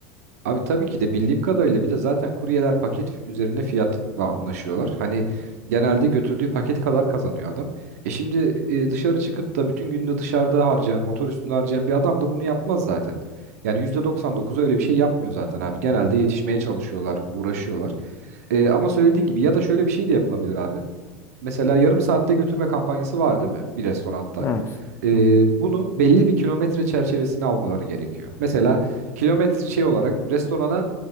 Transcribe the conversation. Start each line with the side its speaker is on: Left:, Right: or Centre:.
Right: Abi tabii ki de bildiğim kadarıyla bir de zaten kuryeler paket f- üzerine fiyatla anlaşıyorlar. Hani genelde götürdüğü paket kadar kazanıyor adam. E şimdi e, dışarı çıkıp da bütün günde dışarıda harcayan, motor üstünde harcayan bir adam da bunu yapmaz zaten. Yani %99 öyle bir şey yapmıyor zaten abi. Genelde yetişmeye çalışıyorlar, uğraşıyorlar. E, ama söylediğin gibi ya da şöyle bir şey de yapılabilir abi. Mesela yarım saatte götürme kampanyası var değil mi bir restoranda?
Left: Evet.
Right: Ee,
Left: Hı hı.
Right: bunu belli bir kilometre çerçevesine almaları gerekiyor. Mesela kilometre şey olarak restorana